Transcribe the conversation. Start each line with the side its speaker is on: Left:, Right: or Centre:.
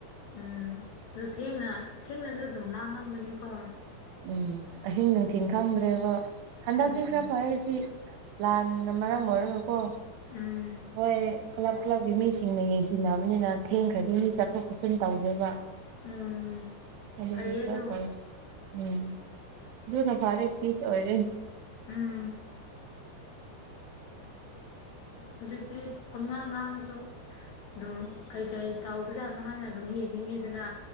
Left: ꯎꯝ ꯑꯗꯨ ꯊꯦꯡꯅ ꯊꯦꯡꯅꯁꯨ ꯑꯗꯨꯝ ꯂꯥꯡꯂꯝꯒꯅꯤꯀꯣ
Right: ꯎꯝ ꯑꯍꯤꯡ ꯅꯨꯡꯊꯤꯜ ꯈꯪꯗ꯭ꯔꯦꯕ ꯍꯟꯗꯛꯇꯤ
Left: ꯎꯝ
Right: ꯈꯔ ꯐꯩ ꯁꯤ ꯂꯥꯟꯅ ꯃꯔꯝ ꯑꯣꯏꯔꯒꯀꯣ
Left: ꯎꯝ
Right: ꯍꯣꯏ ꯀ꯭ꯂꯕ ꯀ꯭ꯂꯞꯀꯤ ꯃꯤꯁꯤꯡꯅ ꯌꯦꯡꯁꯤꯟꯅꯕꯅꯤꯅ ꯊꯦꯡꯈ꯭ꯔꯗꯤ ꯃꯤ ꯆꯠꯊꯣꯛ ꯆꯠꯁꯤꯟ ꯇꯧꯗꯕ
Left: ꯎꯝ
Right: ꯑꯗꯨꯇ
Left: ꯐꯩꯌꯦ ꯑꯗꯣ
Right: ꯄꯥꯏ ꯎꯝ ꯑꯗꯨꯅ ꯐꯔꯦ ꯐꯤꯁ ꯑꯣꯏꯔꯦ
Left: ꯎꯝ ꯍꯧꯖꯤꯛꯇꯤ ꯄꯨꯝꯅꯥꯥꯡ ꯂꯥꯡꯅꯁꯨ ꯑꯗꯨꯝ ꯀꯩ ꯀꯩ ꯇꯧꯕꯖꯥꯠꯅꯣ ꯍꯥꯏꯅ ꯑꯗꯨꯝ ꯌꯦꯡꯅꯤꯡꯉꯤ ꯑꯗꯨꯅ